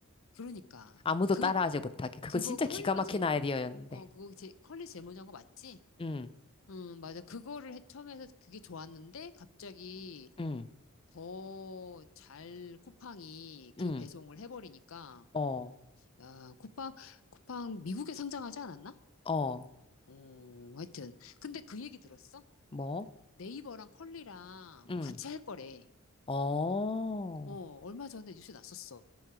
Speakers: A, on the left (about 65°); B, on the left (about 25°).
A: 그러니까.
B: 아무도
A: 그거,
B: 따라하지 못하게. 그거
A: 그거
B: 진짜
A: 컬리가
B: 기가 막힌
A: 제,
B: 아이디어였는데.
A: 어, 그거 제, 컬리 제모장거 맞지?
B: 응,
A: 음, 맞아. 그거를 해- 처음에 해서 그게 좋았는데, 갑자기
B: 응,
A: 더 잘 쿠팡이 그
B: 응.
A: 배송을 해버리니까,
B: 어,
A: 야, 쿠팡, 쿠팡 미국에 상장하지 않았나?
B: 어,
A: 어, 하여튼. 근데 그 얘기 들었어?
B: 뭐?
A: 네이버랑 컬리랑
B: 응.
A: 뭐 같이 할 거래.
B: 어.
A: 어, 얼마 전에 뉴스 났었어.